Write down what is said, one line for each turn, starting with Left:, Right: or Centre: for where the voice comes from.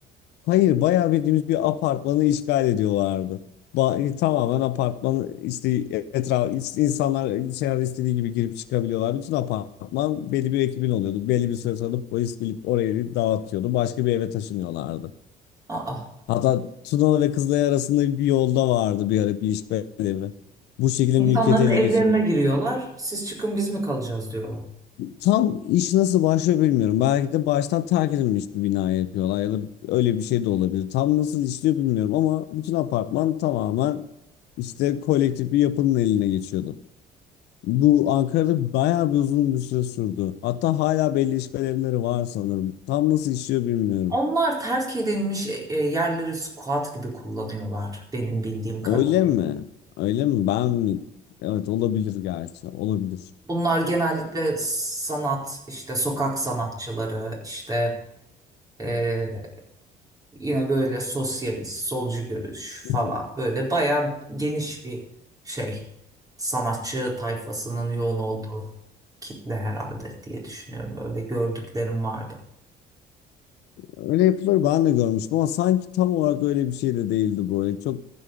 Left: Hayır bayağı bildiğimiz bir apartmanı işgal ediyorlardı. Ba- tamamen apartman işte etraf işte insanlar içeride istediği gibi girip çıkabiliyorlar. Bütün apartman belli bir ekibin oluyordu. Belli bir süre sonra da polis gelip orayı dağıtıyordu. Başka bir eve taşınıyorlardı.
Right: Aa.
Left: Hatta Tunalı ve Kızılay arasında bir yolda vardı bir ara bir işgal evi. Bu şekilde
Right: İnsanların
Left: mülkiyeti ele
Right: evlerine
Left: geçiriyorlardı.
Right: giriyorlar. Siz çıkın biz mi kalacağız diyorlar.
Left: Tam iş nasıl başlıyor bilmiyorum. Belki de baştan terk edilmiş bir bina yapıyorlar ya da öyle bir şey de olabilir. Tam nasıl işliyor bilmiyorum ama bütün apartman tamamen işte kolektif bir yapının eline geçiyordu. Bu Ankara'da bayağı bir uzun bir süre sürdü. Hatta hala belli işgal evleri var sanırım. Tam nasıl işliyor bilmiyorum.
Right: Onlar terk edilmiş e, e, yerleri squat gibi kullanıyorlar benim bildiğim kadarıyla.
Left: Öyle mi? Öyle mi? Ben mi? Evet olabilir gerçi. Olabilir.
Right: Bunlar genellikle sanat, işte sokak sanatçıları, işte e, yine böyle sosyalist, solcu görüş
Left: <laughs>
Right: falan. Böyle bayağı geniş bir şey. Sanatçı tayfasının yoğun olduğu kitle herhalde diye düşünüyorum. Öyle gördüklerim vardı.
Left: Öyle yapılır ben de görmüştüm ama sanki tam olarak öyle bir şey de değildi böyle. Çok